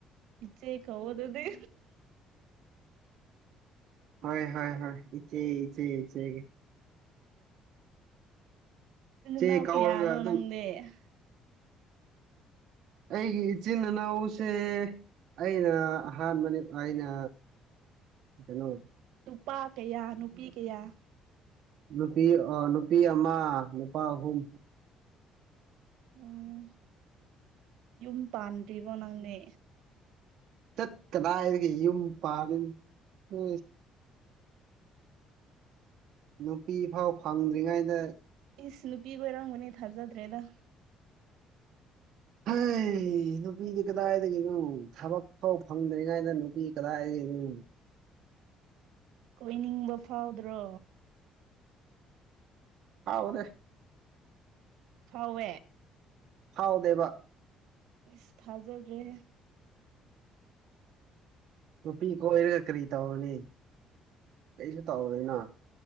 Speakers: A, on the right; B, on the right.
A: ꯏꯆꯦ ꯀꯋ ꯑꯗꯨꯗꯤ
B: ꯍ ꯍ ꯍ ꯏꯆꯦ ꯏꯆꯦ ꯏꯆꯦ ꯏꯆꯦ
A: ꯅ ꯑꯣ
B: ꯀꯧꯔꯒ
A: ꯌꯥꯅ ꯋꯥꯅꯗꯦ
B: ꯑꯗꯨꯝ
A: ꯎꯝ ꯎꯝ
B: ꯑꯩꯒꯤ ꯏꯆꯤꯟꯅꯥꯎꯁꯦ ꯑꯩꯅ ꯑꯍꯥꯟꯕꯅꯤ ꯑꯩꯅ ꯀꯩꯅꯣ
A: ꯅꯨꯄꯥ ꯀꯌꯥ ꯅꯨꯄꯤ ꯀꯌꯥ
B: ꯅꯨꯄꯤ ꯅꯨꯄꯤ ꯑꯃ ꯅꯨꯄꯥ ꯑꯍꯨꯝ
A: ꯎꯝ ꯌꯨꯝ ꯄꯥꯟꯗ꯭ꯔꯤꯕꯣ ꯅꯪꯅꯦ
B: ꯆꯠ ꯀꯗꯥꯏꯒꯦ ꯌꯨꯝ ꯄꯥꯜꯂꯤꯅ ꯎ ꯅꯨꯄꯤ ꯐꯥꯎ ꯐꯪꯗ꯭ꯔꯤꯉꯩꯗ
A: ꯏꯁ ꯅꯨꯄꯤꯒ ꯑꯣꯏꯔꯝꯒꯅꯦ ꯊꯥꯖꯗ꯭ꯔꯦꯗ
B: ꯍ ꯅꯨꯄꯤꯗꯤ ꯀꯗꯥꯏꯗꯒꯤꯅꯣ ꯊꯕꯛ ꯐꯥꯎ ꯐꯪꯗ꯭ꯔꯤꯉꯩꯗ ꯅꯨꯄꯤ ꯀꯗꯥꯏꯗꯒꯤꯅꯣ
A: ꯀꯣꯏꯅꯤꯡꯕ ꯐꯥꯎꯗ꯭ꯔꯣ
B: ꯍꯥꯎꯗꯦ
A: ꯐꯋꯦ
B: ꯐꯥꯎꯗꯦꯕ
A: ꯏꯁ ꯐꯥꯖꯜ ꯔꯦ
B: ꯅꯨꯄꯤ ꯀꯣꯏꯔꯒ ꯀꯔꯤ ꯇꯧꯔꯅꯤ ꯀꯩꯁꯨ ꯇꯧꯔꯣꯏꯅꯣ